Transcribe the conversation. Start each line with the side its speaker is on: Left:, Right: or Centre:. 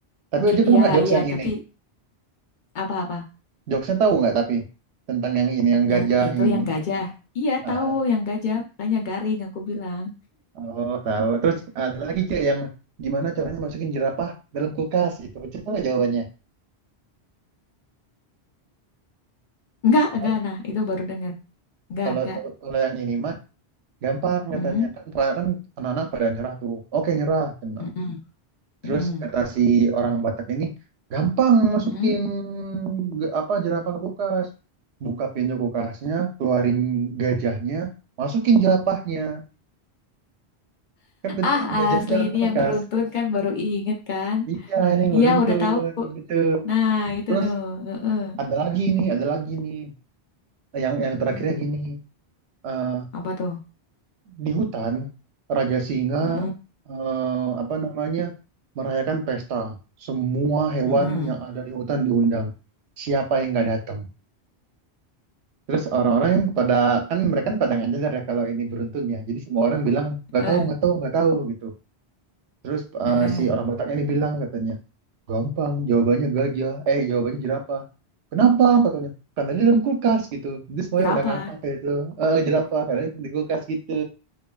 Right: Tapi Ucu tuh
Left: Iya
Right: nggak jokes
Left: iya
Right: yang
Left: tapi
Right: ini.
Left: apa-apa
Right: Jokesnya tahu nggak tapi tentang yang ini yang gajah
Left: yang itu
Right: ini.
Left: yang gajah. Iya
Right: Ah.
Left: tahu yang gajah makanya garing aku bilang.
Right: Oh, tahu. Terus ada lagi Cek yang gimana caranya masukin jerapah dalam kulkas gitu. Cek tahu nggak jawabannya?
Left: Enggak
Right: Tahu.
Left: enggak nah itu baru dengar. Enggak
Right: Kalau
Left: enggak.
Right: kalau kalau yang ini mah gampang
Left: Mm-mm.
Right: katanya. Kan kan anak-anak pada nyerah tuh. Oke, nyerah. Tenang.
Left: Mm-mm.
Right: Terus
Left: Mm-mm.
Right: kata si orang Batak ini gampang masukin
Left: mm.
Right: ge- apa jerapah ke kulkas. Buka pintu kulkasnya, keluarin gajahnya, masukin jerapahnya. Kan tadi
Left: Ah
Right: kan gajahnya
Left: asli
Right: dalam
Left: ini
Right: kulkas.
Left: yang beruntun kan baru inget kan.
Right: Iya, ini yang
Left: Iya
Right: beruntun
Left: udah tahu
Right: gitu.
Left: Nah, itu
Right: Terus
Left: tuh. Heeh.
Right: ada lagi nih, ada lagi nih. yang
Left: Mm-mm.
Right: yang terakhirnya gini eh,
Left: Apa tuh?
Right: di hutan Raja Singa
Left: Mm-mm.
Right: eh, apa namanya merayakan pesta semua hewan
Left: Mm-mm.
Right: yang ada di hutan diundang siapa yang nggak datang terus orang-orang yang pada kan mereka kan pada nggak nyadar ya kalau ini beruntun ya jadi semua orang bilang nggak
Left: Eh,
Right: tahu nggak tahu nggak tahu gitu terus
Left: heeh.
Right: eh, si orang Bataknya ini bilang katanya gampang jawabannya gajah eh jawabannya jerapah kenapa katanya karena dia dalam kulkas gitu. Jadi semuanya
Left: Jerapah.
Right: pada ngakak kayak gitu. Eh eh, jerapah karena di kulkas gitu.